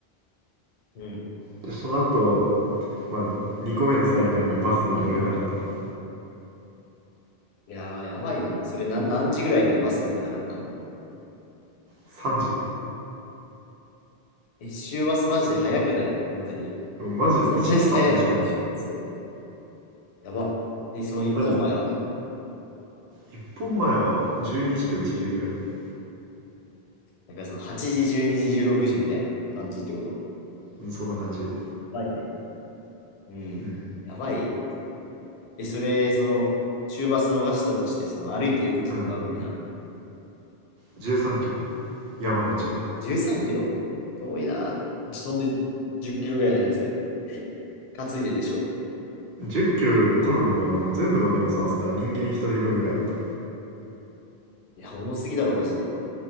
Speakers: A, on the left; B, on the right.
A: うん。
B: で、その後、まあ、2個目の災難がバスに乗れなかったこと。
A: いやー、やばいな。それな、何時ぐらいにバスに乗れなかったもう。
B: 3時
A: え、終バスマジで早くない本当に。
B: でもマジで1日3本しかない。
A: そんなに早いもんな、終日。やば。え、その一本前は。
B: マジで1本前は12時か1時ぐらいじゃない
A: だからその8時、12時、16時みたいな感じってこと。
B: うん、そんな感じ。
A: やばいね。うん。
B: うん。
A: やばい。え、それ、その、終バス逃したとして、その歩いていくこととかは無理な。
B: うん。13キロ。山道を。
A: 13キロ。遠いな。そんで10キロぐらいのやつ。担いででしょ。
B: 10キロ多分もうあの全部の荷物合わせたら人間1人分ぐらいあった。
A: いや、重すぎだろ、マジで。